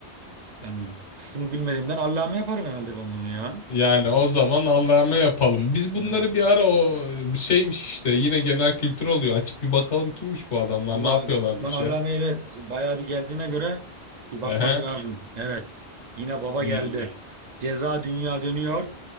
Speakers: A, on the right (about 55°); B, on the left (about 90°).
A: Yani şunu bilmediğimden Allame yaparım herhalde ben bunu ya.
B: Yani o zaman Allah'ıma yapalım. Biz
A: Yani
B: bunları bir ara o şeymiş işte yine genel kültür oluyor. Açıp bir bakalım kimmiş bu adamlar,
A: Allah
B: ne yapıyorlarmış
A: şu an Allame
B: ya.
A: evet bayağı bir geldiğine göre bir bakmak
B: Ehe.
A: lazım. Evet yine baba
B: Hmm.
A: geldi. Ceza dünya dönüyor.